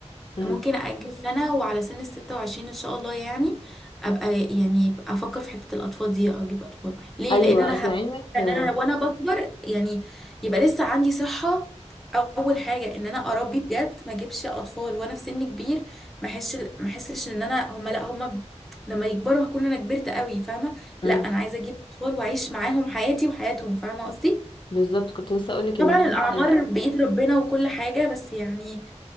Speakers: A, on the left; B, in the centre.
A: مم.
B: ممكن أأجل سنة وعلى سن الستة وعشرين إن شاء الله يعني أبقى يعني أبقى أفكر في حتة الأطفال دي أجيب أطفال ليه؟
A: ايوه
B: لأن أنا
A: اصل
B: هب...
A: علمك
B: لأن
A: آه،
B: أنا وأنا بكبر يعني يبقى لسه عندي صحة أول حاجة إن أنا أربي بجد ما أجيبش أطفال وأنا في سن كبير ما أحسش ما أحسش إن أنا هما لأ هما ب- لما يكبروا هكون أنا كبرت قوي فاهمة؟
A: مم.
B: لأ أنا عايزة أجيب أطفال وأعيش معاهم حياتي وحياتهم فاهمة قصدي؟
A: بالظبط كنت لسه اقولك
B: طبعا
A: ان هو-
B: الأعمار بإيد ربنا وكل حاجة بس يعني